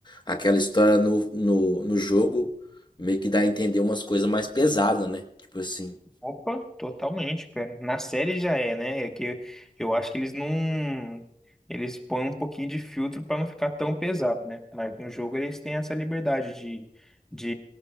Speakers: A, on the left (about 30°); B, in the centre.
A: Aquela história no, no, no jogo meio que dá a entender umas coisas mais pesadas, né? Tipo assim.
B: Opa, totalmente, cara. Na série já é, né? É que eu acho que eles não. Eles põem um pouquinho de filtro pra não ficar tão pesado, né? Mas no jogo eles têm essa liberdade de, de